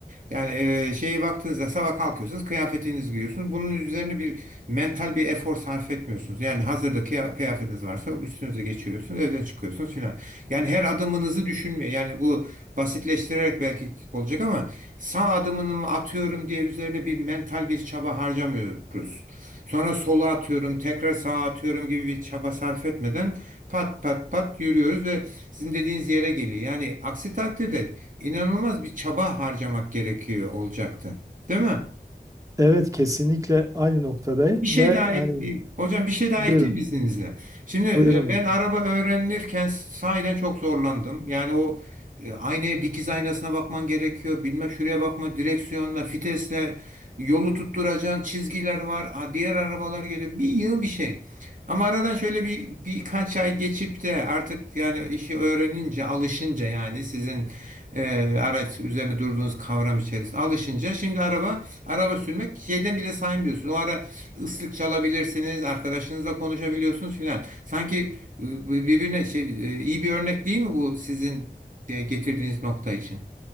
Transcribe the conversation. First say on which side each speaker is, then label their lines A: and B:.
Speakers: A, on the right (about 55°); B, on the right (about 20°).
A: Yani e, şeye baktığınızda sabah kalkıyorsunuz kıyafetinizi giyiyorsunuz bunun üzerine bir mental bir efor sarf etmiyorsunuz. Yani hazırda kıya- kıyafetiniz varsa üstünüze geçiriyorsunuz evden çıkıyorsunuz filan. Yani her adımınızı düşünmüyor yani bu basitleştirerek belki olacak ama sağ adımını mı atıyorum diye üzerine bir mental bir çaba harcamıyoruz. Sonra sola atıyorum, tekrar sağa atıyorum gibi bir çaba sarf etmeden pat pat pat yürüyoruz ve sizin dediğiniz yere geliyor. Yani aksi takdirde inanılmaz bir çaba harcamak gerekiyor olacaktı. Değil mi?
B: Evet kesinlikle aynı noktadayım
A: Bir şey
B: ve
A: daha ekleyeyim.
B: hani
A: Hocam bir şey daha
B: buyurun.
A: ekleyeyim izninizle. Şimdi
B: Buyurun.
A: e, ben araba öğrenirken sahiden çok zorlandım. Yani o e, aynaya dikiz aynasına bakman gerekiyor. Bilmem şuraya bakma direksiyonla, fitesle yolu tutturacağın çizgiler var. Ha, Diğer arabalar geliyor. Bir yığın bir şey. Ama aradan şöyle bir birkaç ay geçip de artık yani işi öğrenince, alışınca yani sizin e, araç üzerine durduğunuz kavram içerisinde alışınca şimdi araba araba sürmek şeyden bile saymıyorsun. O ara ıslık çalabilirsiniz, arkadaşınızla konuşabiliyorsunuz filan. Sanki e, birbirine şey, e, iyi bir örnek değil mi bu sizin e, getirdiğiniz nokta için?